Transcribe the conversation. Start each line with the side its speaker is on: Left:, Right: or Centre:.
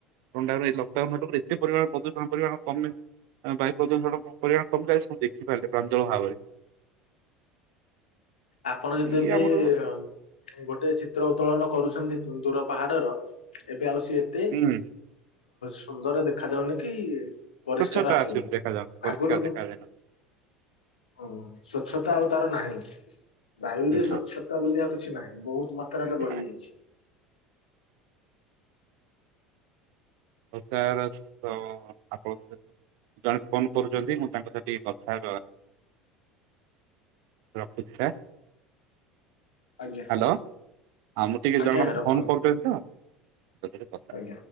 Right: ଥଣ୍ଡା ଲକ୍ଡାଉନ ହେଲା ପରେ ଏତେ ପରିମାଣ ପ୍ରଦୂଷଣ ପରିମାଣ କମେ ଆ ବାୟୁ ପ୍ରଦୂଷଣ ପରିମାଣ କମି ଯାଛି ସବୁ ଦେଖିପାରିଲେ ପ୍ରାଞ୍ଜଳ ଭାବରେ। <unintelligible>
Left: ଆପଣ ଯଦି
Right: ଇଏ
Left: ଏବେ
Right: ଆମର ହୁଁ
Left: ଅଁ ଗୋଟେ ଚିତ୍ର ଉତ୍ତୋଳନ କରୁଛନ୍ତି ଦୂର ପାହାଡର ଏବେ ଆଉ ସିଏ ଏତେ
Right: ହୁଁ।
Left: ସୁନ୍ଦର ଦେଖ ଦେଖାଯାଉନି କି
Right: ସ୍ୱଚ୍ଛତା
Left: ପରିଷ୍କାର ଆସୁନି।
Right: ଦେଖାଯାଉ ପରିଷ୍କାର
Left: ଆଗରୁ
Right: ଦେଖାଯାଉନି
Left: ହ ସ୍ଵଚ୍ଛତା ଆଉ ତାର ନାହିଁ। ବାୟୁ ରେ ସ୍ଵଚ୍ଛତା
Right: ନାଇଁ
Left: ବୋଲି ଆଉ କିଛି ନାହିଁ ବହୁତ ମାତ୍ରାରେ ବଢିଯାଇଛି।
Right: ନାଇଁ ତ ତାର ତ ଆପଣ ଜଣେ ଫୋନ୍ କରୁଛନ୍ତି ମୁଁ ତାଙ୍କ ସହ ଟିକେ କଥା ରଖୁଛି ସାର୍।
Left: ଆଜ୍ଞା
Right: ହ୍ୟାଲୋ ଆଉ ମୁଁ ଟିକେ
Left: ଆଜ୍ଞା
Right: ଜଣଙ୍କ ଫୋନ୍
Left: ରଖନ୍ତୁ
Right: କରିଥିଲି ତ ଏ କଥା
Left: ଆଜ୍ଞା